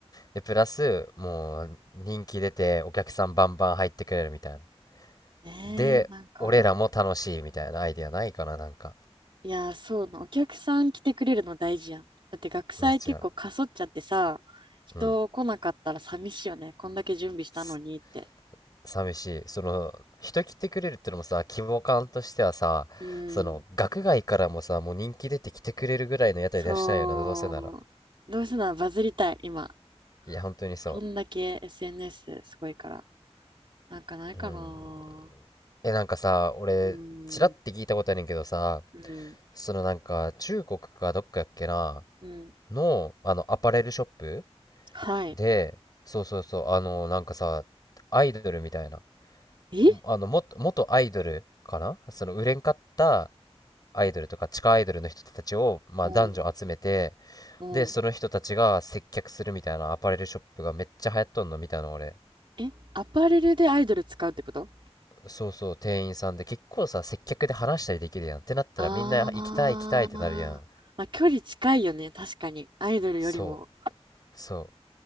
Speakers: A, on the left; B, on the right.
A: で、プラス、もう、人気出て、お客さんバンバン入ってくれるみたいな。
B: えー、
A: で、
B: なんかあるか
A: 俺らも楽しいみたいなアイデアないかな、なんか。
B: いやー、そうな。お客さん来てくれるの大事やん。だって学祭結構かそっちゃってさ、
A: 間違いない。
B: 人来なかったら寂しいよね。
A: うん。
B: こんだけ準備したのにって。
A: す寂しい。その、人来てくれるってのもさ、規模感としてはさ、
B: うん。
A: その、学外からもさ、もう人気出て来てくれるぐらいの屋台出したいよな、
B: そう。
A: どうせなら。
B: どうせならバズりたい、今。
A: いや、本当にそ
B: こんだけ SNS すごいから。なんかないかな。
A: う。うん。え、なんかさ、俺、
B: うん。
A: ちらって聞いたことあるんけどさ、
B: うん。
A: そのなんか、中国かどっかやっけな、
B: うん。
A: の、あの、アパレルショップ
B: はい。
A: で、そうそうそう、あの、なんかさ、アイドルみたいな。
B: え
A: あのも元アイドルかなその売れんかったアイドルとか地下アイドルの人たちを、まあ、
B: うん。
A: 男女集めて
B: うん。
A: でその人たちが接客するみたいなアパレルショップがめっちゃ流行っとんの見たの俺
B: え、アパレルでアイドル使うってこと
A: そうそう店員さんで結構さ接客で話したりできるやんってなったらみんな行きたい行きたいってなるやん
B: ああ、まあ、距離近いよね、確かに。アイドルよりも。
A: そうそ